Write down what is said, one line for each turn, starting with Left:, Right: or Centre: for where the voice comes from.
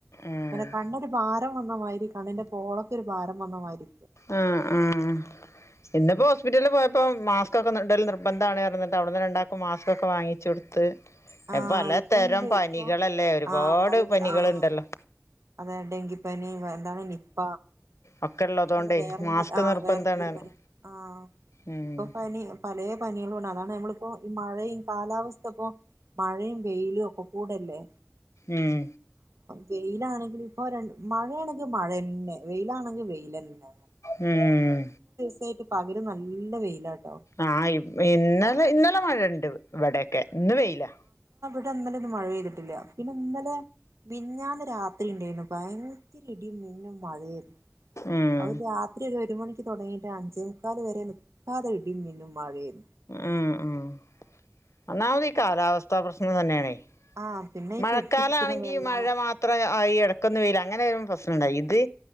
Left: ഉം
Right: ഞാന് പറ്യാ കണ്ണൊക്കെ ഡാ ക്കം വന്നമായ്രി കണ്ണിന്റെ പോളക്ക് ഒരു ഭാരം വന്നമായ്രി.
Left: ആഹ് ആഹ് ഇന്നിപ്പോസ്പിറ്റലിൽ പോയപ്പോ മാസ്ക്കൊക്കെ നി ഇടല് നിർബന്ധാണ് അറ്ഞ്ഞ് അവിടുന്ന് രണ്ടാക്കു മാസ്ക് കൊക്കെ വാങ്ങിച്ചു കൊടുത്ത്.
Right: ആഹ്
Left: പലതരം
Right: ഇപ്പ ഇണ്ട്
Left: പനികളല്ലേയ്
Right: ഇപ്പൊ
Left: ഒരുപാട്
Right: ആഹ് പലതരം
Left: പനികളുണ്ട്ല്ലോ.
Right: ആഹ് അതെ ഡെങ്കിപ്പനി വ എന്താണ് നിപ്പ.
Left: ഒക്കെ ഉള്ളതുകൊണ്ടേ
Right: വേറെന്തോ
Left: മാസ്ക്
Right: ആ
Left: നിർബന്ധമാണ്
Right: വേറെ എന്തോ പനി
Left: പറഞ്ഞു.
Right: ആ
Left: ഉം
Right: ഇപ്പോ പനി പലേ പനികളുണ്ട് അതാണ് നമ്മള് ഇപ്പോ മഴയും കാലാവസ്ഥ ഇപ്പോ മഴയും വെയിലും ഒക്കെ കൂടെ അല്ലേ.
Left: ഉം
Right: വെയിൽ ഇതാണ്. ഇപ്പോ രണ് മഴേണെങ്കിൽ മഴ ന്നെ. വെയിൽ ആണെങ്കിൽ വെയിലന്നെ.
Left: ഉം.
Right: യിട്ട് പകലും നല്ല വെയിലാട്ടോ.
Left: ആഹ് ഇവി ഇന്നലെ
Right: ഇപ്പൊ
Left: ഇന്നലെ മഴണ്ട് ഇവ് ഇവിടെക്കെ. ഇന്ന് വെയിലാ.
Right: ന്നാ ഇന്നലെ ഒന്നും മഴ പെയ്തിട- ട്ടില്ല പിന്നെ ഇന്നലെ മിഞ്ഞാന്ന് രാത്രി വിടെ ണ്ടായിരുന്നു ഭയ ഇടിമിന്നും മഴയും
Left: ഉം
Right: അത് രാത്രി ഒരു മൂന്നു മണിക്ക് തുടങ്ങിയിട്ട് അഞ്ചേ മുക്കാൽ വരെ നിക്കാതെ ഇടിയും മിന്നും മഴയും.
Left: ഉം ഉം ഒന്നാമത് ഈ കാലാവസ്ഥ പ്രശ്നം തന്നെയാണേ.
Right: ആഹ് പിന്നെ ഈ
Left: മഴക്കാലം
Right: കെട്ടി നിൽക്കുന്ന
Left: ആണെങ്കിൽ
Right: വെള്ളം
Left: മഴ മാത്രമായി ഇടയ്ക്കൊന്നു വെയില് അങ്ങനെ വരുമ്പം പ്രശ് നം ഉണ്ടോ ഇത്